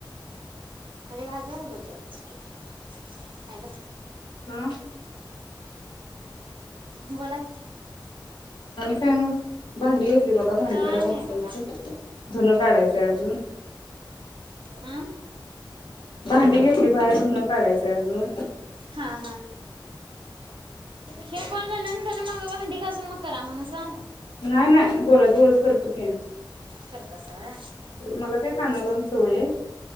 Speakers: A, on the right; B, on the left.
A: <unintelligible> हॅलो
B: हम्म
A: <inaudible> बोला की
B: आणी काय मंग भांडी.. ही बगा भांडी
A: काय
B: जरा घासायचं
A: नाही बघा
B: धुनं काढायचय अजून
A: हां
B: भांडी घेतली बाहेर धुनं काढायचय अजून
A: हां एक कॉल झाला न म्हणून मंग भांडी घासून मंग करा म्हणा सा
B: नाही नाही बोलत बोलत करतो की
A: करतासा व्हय.
B: मला काय कानाला लाऊन चोये